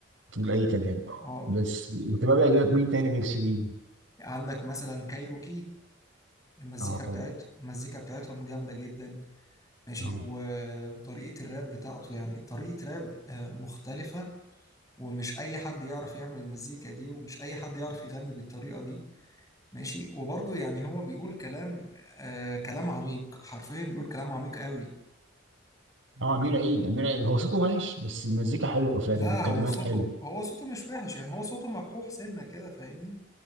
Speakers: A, on the right; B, on the left.
A: بتقول أي كلام
B: اه
A: بس أنت بقى بيعجبك مين تاني غير شيرين؟
B: عندك مثلا كايروكي المزيكا
A: اه طبعا
B: بتاعت المزيكا بتاعتهم جامدة جدا ماشي
A: طبعا
B: و- وطريقة الراب بتاعته يعني طريقة راب آه، مختلفة ومش أي حد يعرف يعمل المزيكا دي ومش أي حد يعرف يغني بالطريقة دي ماشي وبرضه يعني هو بيقول كلام آه كلام عميق حرفيا بيقول كلام عميق قوي
A: اه أمير عيد أمير عيد هو صوته وحش بس المزيكا حلوة فعلا
B: لا
A: والكلمات
B: هو صوته
A: حلوة
B: هو صوته مش وحش يعني هو صوته مبحوح سنة كده فاهمني